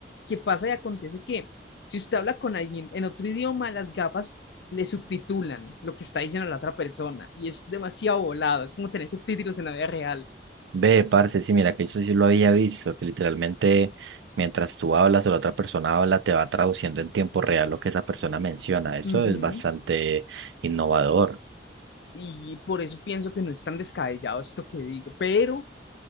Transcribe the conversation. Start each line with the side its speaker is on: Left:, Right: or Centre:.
Left: ¿Qué pasa y acontece que si usted habla con alguien en otro idioma, las gafas le subtitulan lo que está diciendo la otra persona y es demasiado volado, es como tener subtítulos en la vida real.
Right: Ve, parce, sí, mira, que eso sí lo había visto, que literalmente mientras tú hablas o la otra persona habla, te va traduciendo en tiempo real lo que esa persona menciona. Eso
Left: Ujú.
Right: es bastante innovador.
Left: Y por eso pienso que no es tan descabellado esto que digo, pero